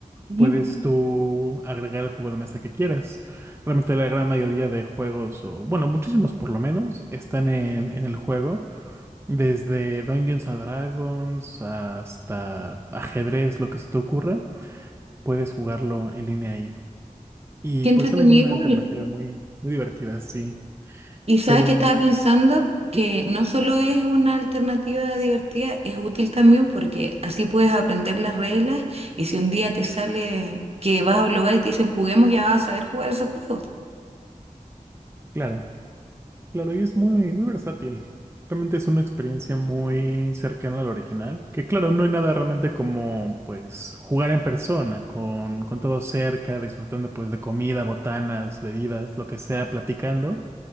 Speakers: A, on the right (about 45°); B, on the right (about 20°).
A: Ujú.
B: puedes tú agregar el juego de mesa que quieras. Realmente la gran mayoría de juegos, o bueno, muchísimos por lo menos, están en en el juego. Desde Dungeons and Dragons hasta ajedrez, lo que se te ocurra, puedes jugarlo en línea ahí. Y
A: Qué entretenido.
B: pues también una alternativa muy, muy divertida, sí.
A: Y sabes
B: Pero
A: que estaba pensando que
B: sí,
A: no solo es una alternativa divertida, es útil también porque así puedes aprender las reglas y si un día te sale que vas a un lugar y te dicen juguemos, ya vas a saber jugar ese juego.
B: claro, claro, y es muy, muy versátil. Realmente es una experiencia muy cercana al original, que claro, no hay nada realmente como pues jugar en persona, con, con todo cerca, disfrutando pues de comida, botanas, bebidas, lo que sea, platicando,